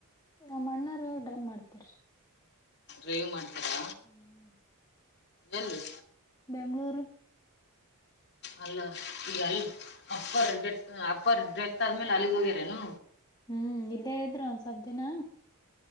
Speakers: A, on the left; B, on the left.
A: ನಮ್ಮ ಅಣ್ಣಾ ಅವ್ರು ಡ್ರೈವ್ ಮಾಡ್ತಾರೆರೀ
B: ಡ್ರೈವ್ ಮಾಡ್ತಾರ
A: <inaudible>
B: ಎಲ್ಲಿ
A: ಬೆಂಗಳೂರು
B: ಅಲ್ಲ ಈ ಅಲ್ ಅಪ್ಪರ್ ರಿಟೆ ಅಪ್ಪರ್ ರಿಟೆಕ್ಟ್ ಆದ್ಮೇಲೆ ಅಲ್ಲಿಗ್ ಹೋಗ್ಯರನು
A: ಹ್ಮ್ ಇಲ್ಲೇ ಇದ್ರು ಒಂದ ಸ್ವಪ ದಿನ